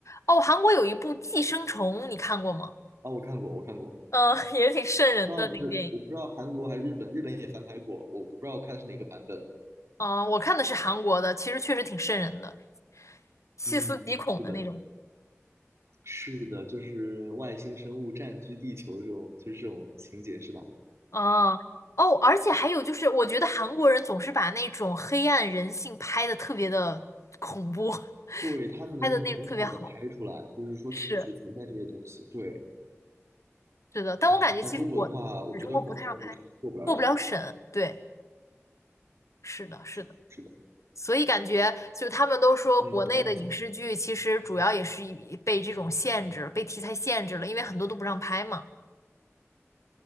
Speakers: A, on the left; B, on the right.
A: 哦，韩国有一部《寄生虫》，你看过吗？
B: 啊。我看过，我看过，
A: 嗯，<laughs> 也挺瘆人的那个电影。
B: 不知道是我不知道韩国还是日本，日本也翻拍过，我我不知道我看的是哪个版本了。
A: 嗯，我看的是韩国的，其实确实挺瘆人的，细思极恐的那种。
B: 嗯，是的，是的，就是外星生物占据地球这种，就是这种情节是吧？
A: 哦哦，而且还有就是，我觉得韩国人总是把那种黑暗人性拍的特别的恐怖，
B: 对，它能很好的拍出来，
A: 拍的那个特别好。
B: 就是说确实存在这些东西。
A: 是
B: 对
A: 是的，但我感觉其实国中国不太让拍，
B: 啊，但中国的话，我觉得广电就是做不了什么。
A: 过不了审。对，是的，是的。
B: 是的是的，
A: 所以感觉就他们都说，
B: 嗯，
A: 国内的影视剧其实主要也是以被这种限制、
B: 你刚才。
A: 被题材限制了，因为很多都不让拍嘛。